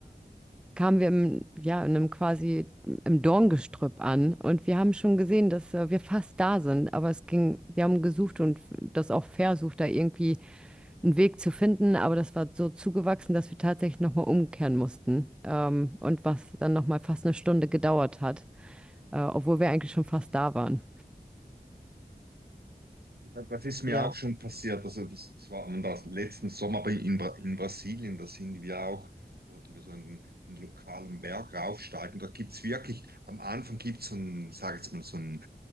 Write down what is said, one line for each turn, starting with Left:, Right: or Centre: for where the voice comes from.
Centre: kamen wir im, ja, in einem quasi im Dorngestrüpp an und wir haben schon gesehen, dass äh, wir fast da sind, aber es ging, wir haben gesucht und das auch versucht, da irgendwie einen Weg zu finden, aber das war so zugewachsen, dass wir tatsächlich nochmal umkehren mussten ähm, und was dann nochmal fast eine Stunde gedauert hat, äh, obwohl wir eigentlich schon fast da waren.
Right: Das ist mir
Centre: Ja.
Right: auch schon passiert. Also das, das war das letzten Sommer aber in, Bra- in Brasilien. Da sind wir auch, wollten wir so einen, einen lokalen Berg raufsteigen. Da gibt es wirklich, am Anfang gibt es so einen, sag jetzt mal, so einen